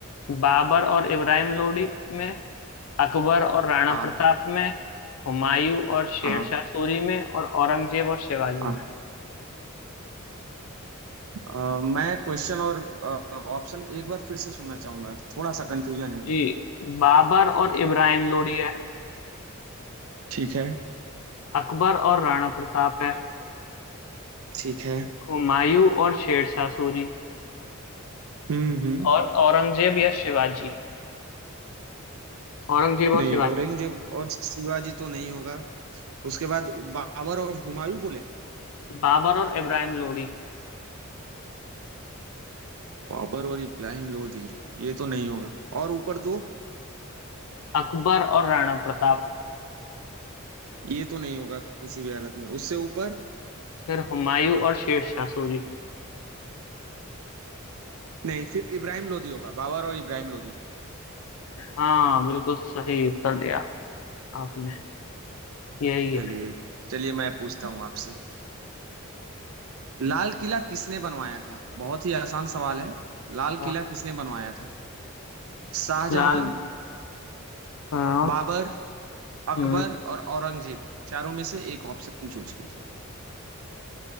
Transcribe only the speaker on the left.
बाबर और इब्राहिम लोदी में अकबर और राणा
प्रताप में हुमायूं और शेरशाह
सूरी में और औरंगजेब और शिवाजी
में
जी
बाबर और इब्राहिम लोदी है
अकबर और राणा प्रताप है
हुमायूं और शेरशाह सूरी
और औरंगजेब या शिवाजी औरंगजेब और
शिवाजी
बाबर और इब्राहिम लोदी
अकबर और राणा प्रताप
फिर हुमायूं और शेरशाह सूरी
हाँ बिल्कुल सही उत्तर दिया आपने यही
है
हाँ,
लाल हाँ
हम्म